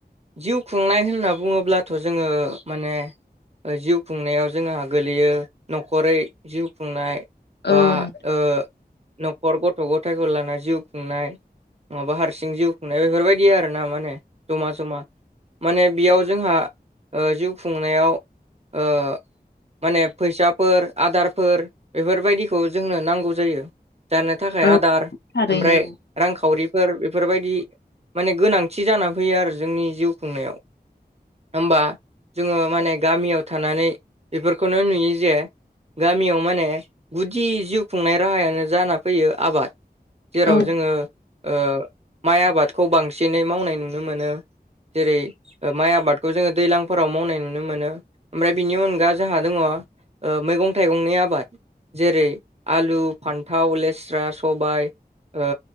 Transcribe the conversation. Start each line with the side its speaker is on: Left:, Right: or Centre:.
Right: जिउ खुंनाय होनना बुङोब्लाथ जोङो माने जिउ खुंनायाव जोंहा गोलैयो न'खरै जिउ खुंनाय
Left: औ
Right: बा
Left: नों
Right: ओ न'खर गथ' गथायखौ लाना जिउ खुंनाय माबा हारसिं हारसिं जिउ खुंनाय बेफोरबायदि आरोना माने जमा जमा माने बेयाव जोंहा ओ जिउ खुंनायाव ओ माने फैसाफोर आदारफोर बेफोरबायदिखौ जोंनो नांगौ जायो जानो थाखाय
Left: औ
Right: आदार
Left: थारैनो
Right: ओमफ्राय
Left: औ
Right: रांखावरिफोर बेफोरबायदि माने गोनांथि जानानै फैयो आरो जोंनि जिउ खुंनायाव होमबा जोङो माने गामियाव थानानै बेफोरखौनो नुयो जे गामियाव माने गुदि जिउ खुंनाय राहायानो जाना फैयो आबाद जेराव
Left: औ
Right: जोङो ओ माइ आबादखौ बांसिनै मावनाय नुनो मोनो जेरै माइ आबादखौ जोङो दैज्लांफोराव मावनाय नुनो मोनो ओमफ्राय बिनि अनगा जोंहा दङ ओ मैगं थाइगंनि आबाद जेरै आलु फान्थाव लेस्रा सबायाइ ओ